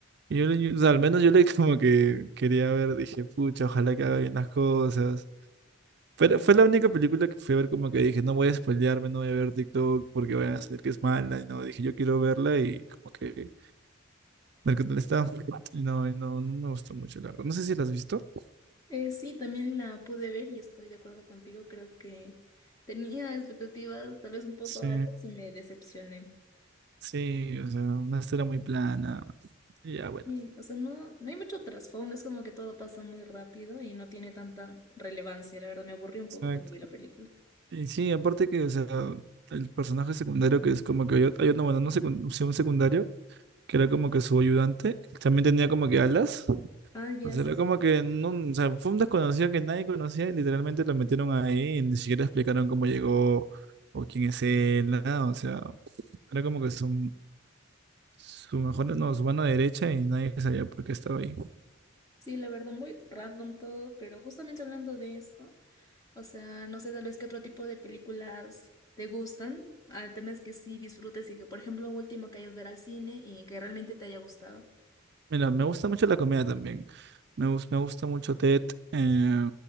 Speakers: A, on the right (about 50°); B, on the left (about 15°).
A: Y yo, le- yo- o sea, al menos yo le <laughs> como que quería ver, dije, pucha, ojalá que haga bien las cosas. Fue, la- fue la única película que fui a ver como que dije, no voy a spoilearme, no voy a ver TikTok porque vayan a salir que es mala. Y no, dije, yo quiero verla y como que ver qué tal está. Y no, y no, no me gustó mucho, la verdad. No sé si la has visto.
B: Eh, sí, también la pude ver y estoy de acuerdo contigo, creo que... Tenía expectativas tal vez un poco
A: Sí,
B: altas y me decepcioné.
A: sí, o sea, una historia muy plana. Y ya, bueno.
B: Sí, o sea, no, no hay mucho trasfondo, es como que todo pasa muy rápido y no tiene tanta relevancia. La verdad, me aburrí un
A: Exacto.
B: poco cuando vi la película.
A: Y sí, aparte que, o sea, el personaje secundario que es como que hay, ot- hay otro, bueno, no secun- sí, un secundario, que era como que su ayudante, también tenía como que alas.
B: Ah, ya,
A: O sea,
B: sí,
A: era
B: sí,
A: como
B: sí.
A: que no, o sea, fue un desconocido que nadie conocía y literalmente lo metieron ahí y ni siquiera explicaron cómo llegó o quién es él, nada. O sea, era como que su, su mejor, no, su mano derecha y nadie sabía por qué estaba ahí.
B: Sí, la verdad, muy random todo, pero justamente hablando de esto, o sea, no sé tal vez qué otro tipo de películas te gustan. El tema es que sí disfrutes y que, por ejemplo, último que hayas ver al cine y que realmente te haya gustado.
A: Mira, me gusta mucho la comida también. Me, gus- me gusta mucho TED. Eh,